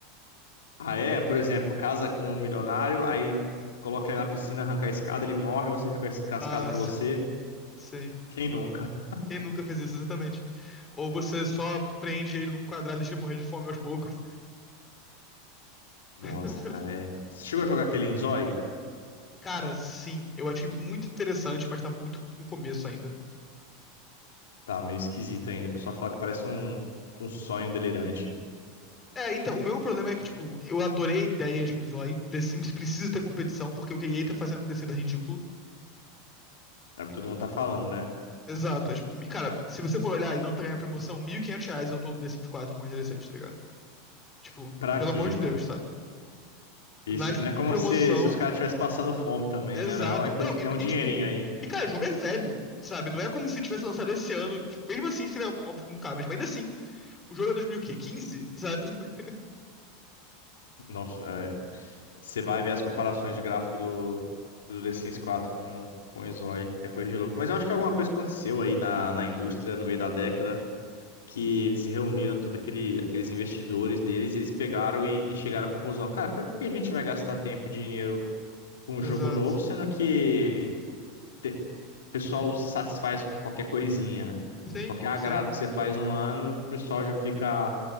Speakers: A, on the left; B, on the left.
A: Ah, é? Por exemplo, casa com um milionário, aí coloca ele na piscina, arranca a escada, ele morre, você fica com
B: Mas,
A: as casas pra você.
B: sei.
A: Quem nunca?
B: Quem nunca fez isso, exatamente? Ou você só prende ele num quadrado e deixa ele morrer de fome aos poucos.
A: Nossa,
B: <laughs>
A: cara, é. Você chegou a jogar aquele Inzói?
B: Cara, sim, eu achei muito interessante, mas tá muito no começo ainda.
A: Tá meio esquisito ainda. O pessoal fala que parece um, um sonho delirante.
B: É, então, o meu problema é que, tipo, eu adorei a ideia de Inzói. The Sims precisa ter competição, porque o que a EA tá fazendo com The Sims é ridículo.
A: É o que todo mundo tá falando, né?
B: Exato. É, tipo, mi- cara, se você for olhar e não pegar a promoção, 1.500 reais eu tô do The Sims 4 com as DLCs, tá ligado? Tipo,
A: Pra
B: pelo
A: quê,
B: amor de
A: cara?
B: Deus, sabe?
A: Isso
B: Nas,
A: não
B: com
A: é como
B: promoção.
A: se, se os caras estivessem passando fome também,
B: Exato.
A: né? É uma empresa
B: Não,
A: que
B: e,
A: tem um dinheirinho
B: e, tipo.
A: aí.
B: E, cara, o jogo é velho, sabe? Não é como se tivesse lançado esse ano. Tipo, mesmo assim, seria óbvio que muito caro, mas tipo, ainda assim, o jogo é dois mil quê? Quinze, sabe? <laughs>
A: Nossa, é. Você vai ver as comparações de gráfico do, do The Sims 4 com, com o Inzói. É coisa de louco. Mas eu acho que alguma coisa aconteceu aí na, na indústria no meio da década. que eles reuniram todos aquele, aqueles investidores deles, e eles pegaram e, e chegaram à conclusão, cara, por que que a gente vai gastar tempo e dinheiro com um
B: Exato.
A: jogo novo, sendo que te- o pessoal se satisfaz com qualquer coisinha,
B: Sim,
A: qualquer agrado
B: sim.
A: que você faz no ano, o pessoal já fica